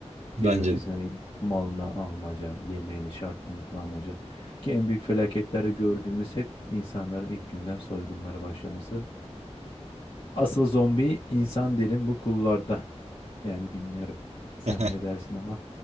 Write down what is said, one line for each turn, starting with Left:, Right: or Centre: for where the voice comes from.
Right: bence
Left: Birbirinizin
Right: de.
Left: hani malına almaca, yemeğini, şartlarını kullanmaca. Ki en büyük felaketlerde gördüğümüz hep insanların ilk günden soygunlara başlaması. Asıl zombi insan derim bu kulvarda. Yani bilmiyorum. Sen
Right: <laughs>
Left: ne dersin ama